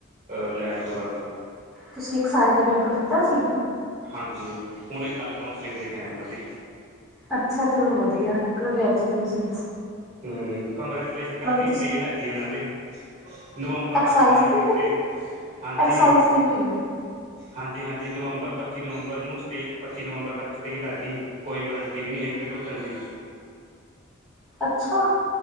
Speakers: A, on the right; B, in the centre.
A: ਲੈਬ ਤੋਂ ਕਰ ਲਓ।
B: ਤੁਸੀਂ ਇੱਕ ਸਾਈਜ਼ ਦਾ ਪੇਪਰ ਦਿੱਤਾ ਸੀ?
A: ਹਾਂਜੀ, ਹੁਣ ਕੱਲ ਕਾਂਸਲਿੰਗ ਦੇ ਕੇ ਆ ਉਹ ਦੀ।
B: ਅੱਛਾ ਚਲੋ ਵਧੀਆ, ਕੰਗ੍ਰੈਚੂਲੇਸ਼ਨ।
A: ਹਮ ਕੰਗਰੈਚੂਲੇਸ਼ਨ ਕਾਦੀ
B: ਤੁਸੀਂ
A: ਸਟੇ ਲੱਗ ਗਈ ਉਹਨਾਂ ਦੇ। ਨਵੰਬਰ
B: ਐਕਸਾਈਜ਼
A: ਤੱਕ ਜਾ ਰਹੀ
B: ਤੇ
A: ਸਟੇ,
B: ਫਿਰ
A: ਹਾਂਜੀ!
B: ਐਕਸਾਈਜ਼ ਤੇ ਵੀ
A: ਹਾਂਜੀ ਹਾਂਜੀ ਨਵੰਬਰ ਪੱਚੀ ਨਵੰਬਰ ਨੂੰ ਸਟੇ, ਪੱਚੀ ਨਵੰਬਰ ਤੱਕ ਸਟੇਅ ਲੱਗ ਗਈ। ਕੋਈ ਵਰੰਟੀ ਵੀ ਨਹੀਂ ਹੈਗੀ ਵੀ ਟੁੱਟਣ ਦੀ।
B: ਅੱਛਾ!